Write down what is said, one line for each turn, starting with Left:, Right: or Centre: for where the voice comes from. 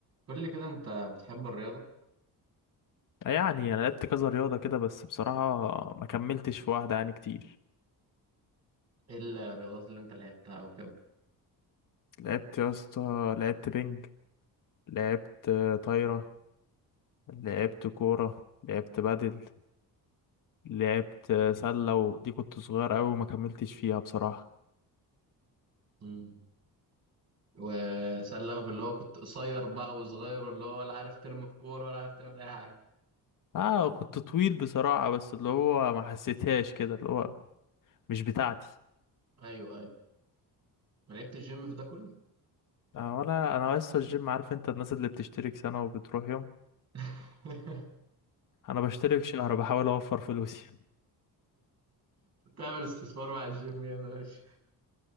Right: قول لي كده انت بتحب الرياضة
Left: يعني انا لعبت كذا رياضه كده بس بصراحه ما كملتش في واحده يعني كتير
Right: ايه الرياضات اللي انت لعبتها وكده
Left: لعبت يا اسطى لعبت بينج لعبت طايره لعبت كوره لعبت بدل لعبت سله ودي كنت صغير قوي وما كملتش فيها بصراحه
Right: مم. وسألك اللي هو كنت قصير بقى وصغير واللي هو ولا عارف ترمي الكورة ولا عارف تعمل اي حاجة
Left: اه كنت طويل بصراحه بس اللي هو ما حسيتهاش كده اللي هو مش بتاعتي
Right: ايوه ايوه ما لعبت الجيم في ده كله
Left: آه ولا انا لسه الجيم عارف انت الناس اللي بتشترك سنه وبتروح يوم
Right: <laughs>
Left: انا بشترك شهر بحاول اوفر فلوسي
Right: تعمل استثمار مع الجيم يا باشا